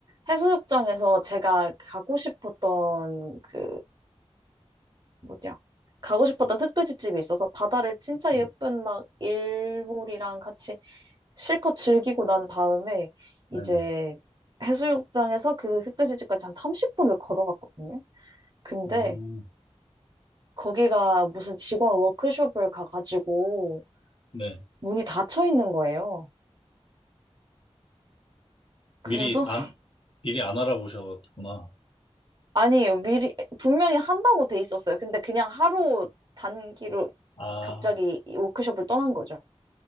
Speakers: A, on the right (about 40°); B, on the left (about 50°).
A: 해수욕장에서 제가 가고 싶었던 그 뭐냐. 가고 싶었던 흑끄지집이 있어서 바다를 진짜
B: 네.
A: 예쁜 막 일몰이랑 같이 실컷 즐기고 난 다음에
B: 네네.
A: 이제 해수욕장에서 그흑끄지집까지 한 30분을 걸어갔거든요. 근데
B: 음,
A: 거기가 무슨 직원 워크숍을 가가지고
B: 네.
A: 문이 닫혀 있는 거예요.
B: 미리
A: 그래서
B: 안,
A: <laughs>
B: 미리 안 알아보셨구나.
A: 아니 미리 분명히 한다고 돼 있었어요. 근데 그냥 하루 단기로
B: 아,
A: 갑자기 이 워크숍을 떠난 거죠.